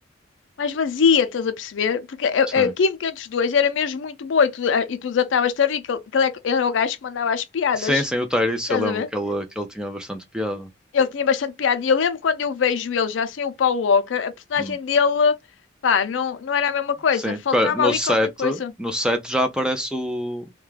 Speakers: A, on the left (about 85°); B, in the centre.
A: mais vazia, estás a perceber? Porque a,
B: sim.
A: a química entre os dois era mesmo muito boa e tu, e tu desatavas-te a rir, que ele que ele é que era o gajo que mandava as piadas,
B: Sim, sim, o Tyrese,
A: estás
B: eu lembro
A: a ver?
B: que ele, que ele tinha bastante piada.
A: Ele tinha bastante piada. E eu lembro quando eu vejo ele já sem o Paul Walker, a personagem
B: Hum.
A: dele, pá, não, não era a mesma coisa.
B: Sim,
A: Faltava
B: porque no
A: ali
B: set
A: qualquer coisa.
B: no set já aparece o,